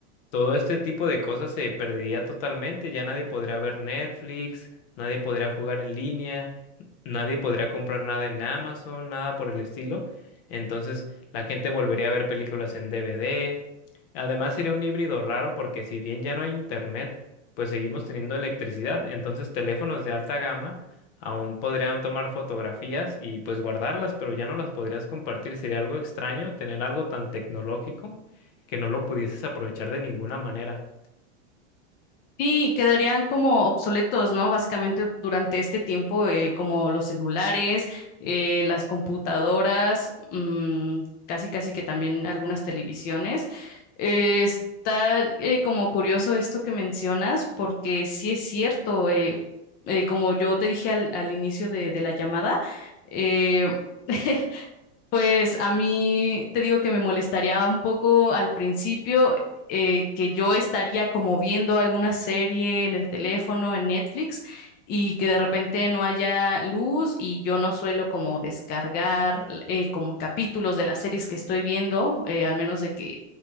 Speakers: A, on the left; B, on the left.
A: todo este tipo de cosas se perdería totalmente, ya nadie podría ver Netflix, nadie podría jugar en línea, nadie podría comprar nada en Amazon, nada por el estilo. Entonces la gente volvería a ver películas en DVD. Además sería un híbrido raro porque si bien ya no hay internet, pues seguimos teniendo electricidad. Entonces teléfonos de alta gama aún podrían tomar fotografías y pues guardarlas, pero ya no las podrías compartir. Sería algo extraño tener algo tan tecnológico que no lo pudieses aprovechar de ninguna manera.
B: sí quedarían como obsoletos, ¿no? Básicamente durante este tiempo, eh, como los celulares, eh, las computadoras, mm, casi casi que también algunas televisiones. Eh, está eh, como curioso esto que mencionas, porque sí es cierto, eh, eh, como yo te dije al, al inicio de, de la llamada, eh, <laughs> Pues a mí te digo que me molestaría un poco al principio eh, que yo estaría como viendo alguna serie en el teléfono, en Netflix, y que de repente no haya luz y yo no suelo como descargar eh, como capítulos de las series que estoy viendo, eh, al menos de que